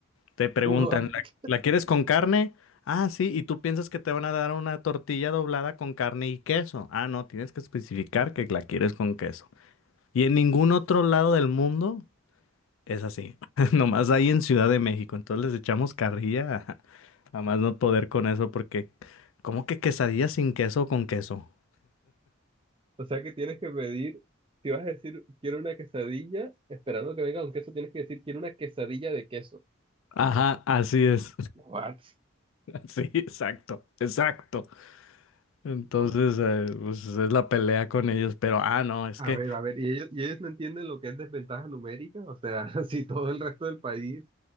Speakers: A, on the left; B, on the right.
A: te preguntan,
B: <laughs>
A: ¿la, la quieres con carne? Ah, sí, y tú piensas que te van a dar una tortilla doblada con carne y queso. Ah, no, tienes que especificar que la quieres con queso. Y en ningún otro lado del mundo. Es así, <laughs> nomás ahí en Ciudad de México, entonces les echamos carrilla a, a más no poder con eso porque ¿cómo que quesadilla sin queso o con queso?
B: O sea que tienes que pedir, si vas a decir quiero una quesadilla, esperando que venga un queso, tienes que decir quiero una quesadilla de queso.
A: Ajá, así es,
B: What?
A: <laughs> sí, exacto, exacto. Entonces,
B: Cu-
A: eh, pues es la pelea con ellos, pero ah, no, es
B: A
A: que,
B: ver, a ver, ¿y ellos, y ellos no entienden lo que es desventaja numérica? O sea, <laughs> si todo el resto del país